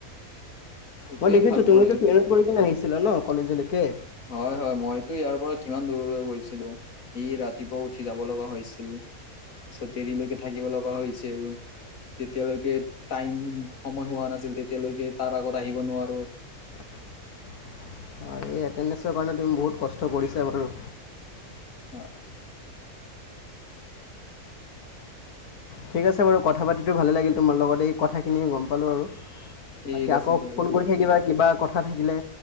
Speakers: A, on the left; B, on the left.
A: এইটোয়ে
B: মই দেখিছোঁ
A: ভাল কৰিম
B: তুমিতো ট্ৰেইনত কৰি কিনে আহিছিলা ন কলেজলৈকে
A: হয় হয় মইতো ইয়াৰ পৰা কিমান দূৰলৈ গৈছো তেনেকোৱা ই ৰাতিপুৱা উঠি যাব লগা হৈছিল পিছত দেৰিলৈকে থাকিব লগা হৈছিল তেতিয়ালৈকে টাইম সময় হোৱা নাছিল তেতিয়ালৈকে তাৰ আগত আহিব নোৱাৰা
B: অ এই এণ্টেডেঞ্চৰ কাৰণে তুমি বহুত কষ্ট কৰিছা বাৰু
A: অ
B: ঠিক আছে বাৰু কথা পাতিটো ভালে লাগিল তোমাৰ লগত এই কথাখিনিয়ে গম পালোঁ আৰু
A: ঠিক
B: বাকী
A: আছে
B: আকৌ
A: দিয়া
B: ফোন
A: বাৰু
B: কৰি থাকিবা কিবা কথা থাকিলে